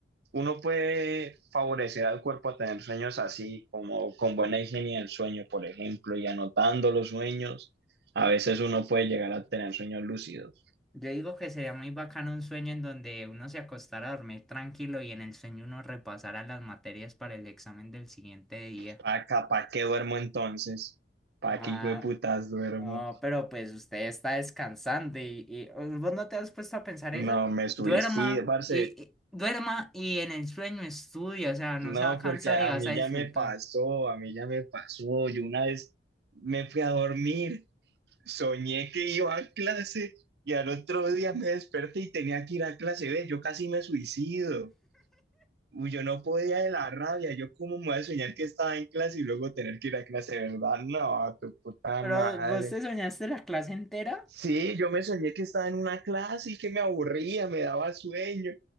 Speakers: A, on the right (about 60°); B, in the centre.
A: uno puede favorecer al cuerpo a tener sueños así, como con buena higiene del sueño, por ejemplo, y anotando los sueños. A veces uno puede llegar a tener sueños lúcidos.
B: yo digo que sería muy bacano un sueño en donde uno se acostara a dormir tranquilo y en el sueño uno repasara las materias para el examen del siguiente día.
A: ¿Para ¿pa qué duermo entonces? ¿Para
B: Ma-
A: qué hijo de putas duermo?
B: No, pero pues usted está descansando y, y- vos no te has puesto a pensar
A: No,
B: eso.
A: me suicido,
B: Duerma
A: parce.
B: y, y- duerma y en el sueño estudia, o sea, no
A: No,
B: se va a cansar
A: porque a
B: y vas
A: mí
B: a disfrutar.
A: ya me pasó, a mí ya me pasó. Yo una vez me fui a dormir, soñé que iba a clase y al otro día me desperté y tenía que ir a clase B. Yo casi me suicido. Uy, yo no podía de la rabia. Yo cómo me voy a soñar que estaba en clase y luego tener que ir a clase, ¿verdad? No, tu puta
B: Pero
A: madre.
B: vos te soñaste la clase entera.
A: Sí, yo me soñé que estaba en una clase y que me aburría, me daba sueño.